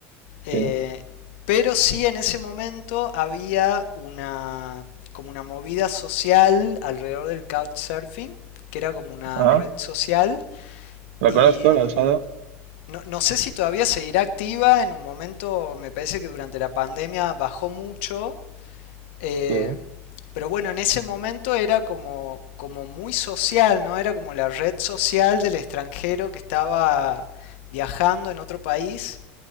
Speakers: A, on the left; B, on the right.
A: eh,
B: Sí. no?
A: pero sí en ese momento había una, como una movida social alrededor del couchsurfing, que era como una
B: Ah,
A: red social
B: la
A: y
B: conozco, la he usado.
A: no, no sé si todavía seguirá activa. En un momento me parece que durante la pandemia bajó mucho. eh,
B: Sí,
A: pero bueno, en ese momento era como, como muy social, ¿no? Era como la red social del extranjero que estaba viajando en otro país.